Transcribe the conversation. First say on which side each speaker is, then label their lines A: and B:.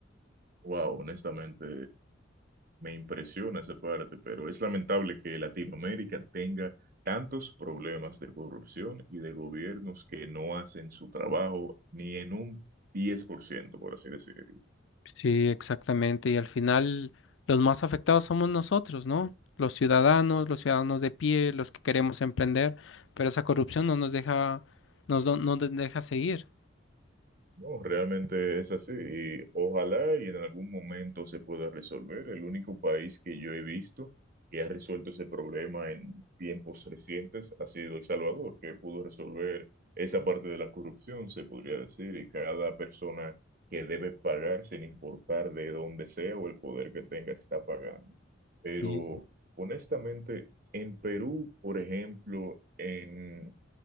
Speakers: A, on the right (about 45°); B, on the left (about 70°).
A: Wow, honestamente. Me impresiona esa parte, pero es lamentable que Latinoamérica tenga tantos problemas de corrupción y de gobiernos que no hacen su trabajo ni en un 10%, por ciento, por así decirlo.
B: Sí, exactamente. Y al final los más afectados somos nosotros, ¿no? Los ciudadanos, los ciudadanos de pie, los que queremos emprender, pero esa corrupción no nos deja, nos, do- no nos deja seguir.
A: No, realmente es así y ojalá y en algún momento se pueda resolver. El único país que yo he visto que ha resuelto ese problema en tiempos recientes ha sido El Salvador, que pudo resolver esa parte de la corrupción, se podría decir, y cada persona que debe pagar, sin importar de dónde sea o el poder que tenga, está pagando. Pero
B: Sí,
A: honestamente, en Perú, por ejemplo, en